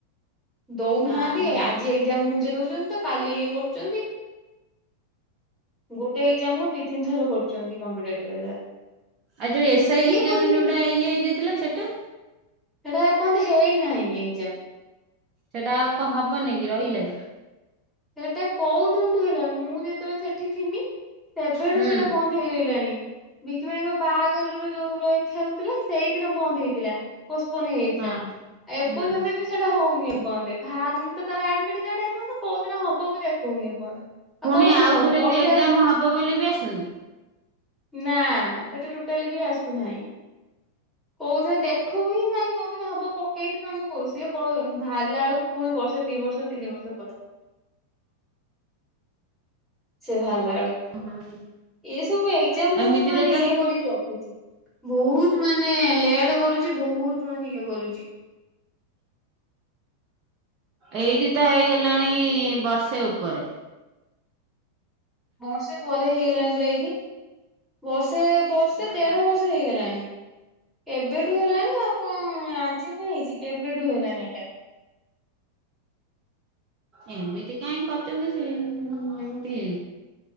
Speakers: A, in the centre; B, on the right.
A: ଦଉନାହାନ୍ତି
B: ହଁ ହଁ
A: ଆଜି ଏକ୍ସଯାମ ଘୁଞ୍ଚେଇ ଦଉଛନ୍ତି ତ କାଲି ଇଏ କରୁଛନ୍ତି ଗୋଟେ ଏକ୍ସଯାମ କୁ ଦି ତିନିଥର କ କରୁଛନ୍ତି କମ୍ପିଟେଟିଭ <unintelligible>
B: ଆଉ ଯୋଉ ଏସଆଇ
A: କିଏ
B: ଏକ୍ସମ
A: ବସିକି
B: ଯୋଉଟା ଇଏ ହେଇଯାଇଥିଲା ସେଟା?
A: ସେଟା ଏପର୍ଯ୍ୟନ୍ତ ହେଇନାହିଁ ଏକ୍ସଯାମ।
B: ସେଟା ଆଉ କଣ ହବନି କି ରହିଲା କି?
A: ସେଟା କୋଉ ଦିନଠୁଁ ହେଲାଣି ମୁଁ ଯେ ତ ସେଠି ଥିମି ସେବେଠୁ
B: ହୁଁ
A: ସେଇଟା ବନ୍ଦ ହେଇଗଲାଣି ବିକି ଭାଇଙ୍କ ବାହାଘର ଯୋଉ ରହିଥା ହେଉଥିଲା ସେଇଦିନ ବନ୍ଦ ହେଇଥିଲା ପୋଷ୍ଟପଣ୍ଡ ହେଇଯାଇଥିଲା
B: ହଁ
A: ଏପର୍ଯ୍ୟନ୍ତ
B: ହୁଁ
A: ବି ସେଟା ହଉନି ଏପର୍ଯ୍ୟନ୍ତେ ବାହାରୁନି ତ ତାର ଆଡମିଟ କାର୍ଡ ଏ ପଯ୍ୟନ୍ତ କୋଉ ଦିନ ହବ କି ଦେଖଉନି ଏ ପଯ୍ୟନ୍ତ ଆଉ
B: ପୁଣି
A: କୋଉ ଦିନ
B: ଆଉଥରେ
A: ହବ ବର୍ଷେ
B: ବି ଏକ୍ଜାମ
A: ଆସି
B: ହବ ବୋଲି ବି ଆସୁନି।
A: ନା ସେଟା ଟୋଟାଲି ବି ଆସୁନାହିଁ କୋଉ ଦିନ ଦେଖୁ ହିଁ ନାହିଁ କୋଉ ଦିନ ହବ ସେଇଥିପାଇଁ ଆମେ କହୁଛି ସେ ଵ ବାହାରିଲା ବେଳକୁ ପୁଣି ବର୍ଷେ ଦି ବର୍ଷ ତିନି ବର୍ଷ ପରେ ସେ ବାହାରିଲା ବେଳକୁ
B: ହଁ।
A: ଏ ସବୁ ଏକ୍ସଯାମ
B: ଏମିତିରେ
A: ମାନେ
B: ତ
A: ଇଏ କରିକି ରଖୁଛି ବହୁତ ମାନେ ଲେଟ କରୁଛି ବହୁତ ମାନେ ଇଏ କରୁଛି।।
B: ଏଇଠି ତ ହେଇଗଲାଣି ବର୍ଷେ ଉପରେ
A: ବର୍ଷେ ପରେ ହେଇଗଲାଣି ବା ଏଇଠି ବର୍ଷେ ସେ ବର୍ଷେ
B: ହୁଁ।
A: ଦେଢ ବର୍ଷ ହେଇଗଲାଣି କେବେଠୁ ହେଲାଣି ଆପଣ ଆଜି ନା ହେଇଛି କେବେଠୁ ହେଲାଣି ଏଇଟା
B: ଏମିତି କାହିଁ କରିଛନ୍ତି ସେମିତି